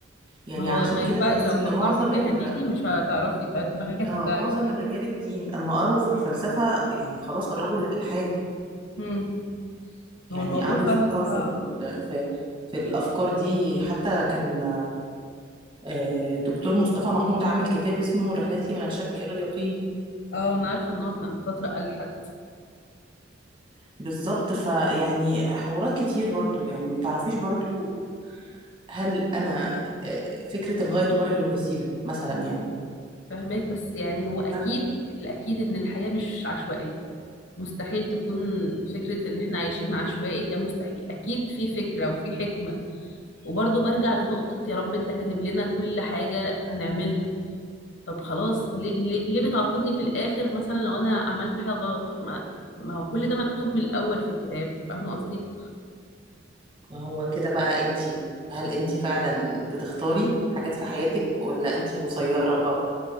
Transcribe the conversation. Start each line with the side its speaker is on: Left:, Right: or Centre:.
Right: يعني
Left: ما هو
Right: علشان
Left: ما
Right: كده
Left: ينفع
Right: تحسي
Left: لو فكرتي
Right: ان معظم
Left: فيها
Right: ال
Left: ديني مش هتعرفي فدماغك هتوجعك
Right: اه معظم الرجال الدين اما قروا في الفلسفة يعني خلاص قربوا للإلحاد
Left: امم ما
Right: يعني
Left: هو الموضوع
Right: قعدوا
Left: فعلا
Right: يفكروا
Left: صعب
Right: في ال- في في الأفكار دي حتى كان آه، دكتور مصطفى محمود عامل كتاب اسمه رحلتي من الشك إلى اليقين
Left: اه انا عارفة ان هو كان فترة ألحد
Right: بالظبط فيعني حوارات كتير برضو يعني ما تعرفيش برضو هل أنا آه، فكرة الغاية تبرر الوسيلة مثلا يعني
Left: فهماك بس يعني هو اكيد
Right: هل
Left: الاكيد ان الحياة مش عشوائية مستحيل تكون فكرة ان احنا عايشين عشوائي ده مستحيل اكيد في فكرة وفي حكمة وبرضه برجع لنقطة يا رب انت كاتب لنا كل حاجة هنعملها طب خلاص ليه, ليه ليه بتعاقبني في الاخر مثلا لو انا عملت حاجة غلط طب ما ما هو كل ده مكتوب من الاول في الكتاب فاهمة قصدي؟
Right: ما هو كده بقى انتي هل انتي فعلا بتختاري حاجات في حياتك ولا انتي مسيرة بقى